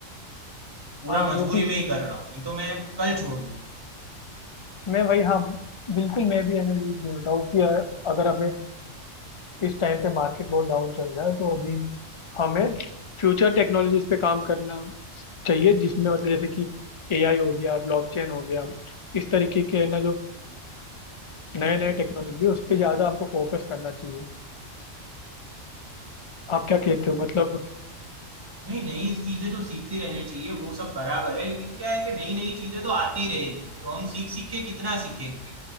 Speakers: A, on the right; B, on the left.
A: पूरा
B: हाँ
A: मजबूरी
B: वो भी
A: में
B: है
A: ही कर रहा हूँ नहीं तो मैं कल छोड़ दूँ
B: मैं वही हाँ बिल्कुल मैं भी है ना यही बोल रहा हूँ कि अ, अगर हमें इस टाइम पे मार्केट बहुत डाउन चल रहा है तो अभी हमें फ्यूचर टेक्नोलॉजीज पे काम करना चाहिए जिसमें मतलब जैसे कि एआई हो गया ब्लॉकचेन हो गया इस तरीके के है ना जो नए नए टेक्नोलॉजी है उस पर ज़्यादा हमको फोकस करना चाहिए आप क्या कहते हो मतलब
A: नहीं नई चीजें तो सीखती रहनी चाहिए वो सब बराबर है लेकिन क्या है कि नई नई चीजें तो आती रहेगी तो हम सीख सीख के कितना सीखेंगे